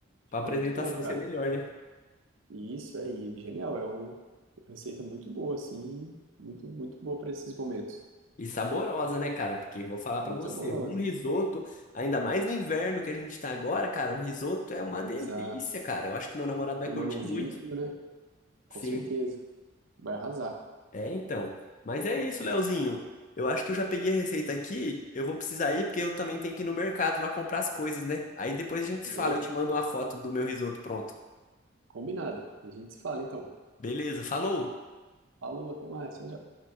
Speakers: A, on the left; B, on the right.
A: Pra
B: Fica
A: apresentação
B: muito bom, cara.
A: ser melhor, né?
B: E isso é e genial, é um- uma receita muito boa, assim, muito, muito boa pra esses momentos.
A: E saborosa, né, cara? Porque vou falar pra
B: Muito
A: você,
B: saborosa.
A: um risoto, ainda mais no inverno que a gente tá agora, cara, um risoto é uma
B: Exato.
A: delícia, cara. Eu acho que meu namorado vai
B: Tomando
A: curtir
B: um vinho,
A: muito.
B: né? Com
A: Sim.
B: certeza. Vai arrasar.
A: É, então. Mas é isso, Leozinho. Eu acho que eu já peguei a receita aqui. Eu vou precisar ir porque eu também tenho que ir no mercado lá comprar as coisas, né? Aí depois a gente se
B: Boa.
A: fala. Eu te mando uma foto do meu risoto pronto.
B: Combinado. A gente se fala então.
A: Beleza, falou!
B: Falou, até mais. Tchau, tchau.